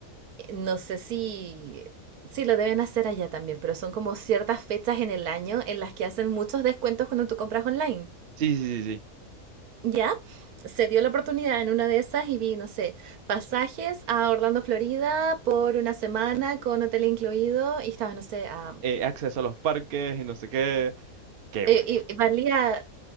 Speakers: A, on the right; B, on the right.
A: eh, no sé si, si lo deben hacer allá también, pero son como ciertas fechas en el año en las que hacen muchos descuentos cuando tú compras online.
B: Sí, sí, sí, sí.
A: Ya, se dio la oportunidad en una de esas y vi, no sé, pasajes a Orlando, Florida por una semana con hotel incluido y estaba, no sé, a...
B: Eh, acceso a los parques y no sé qué. Qué
A: eh,
B: bueno.
A: Y, valía,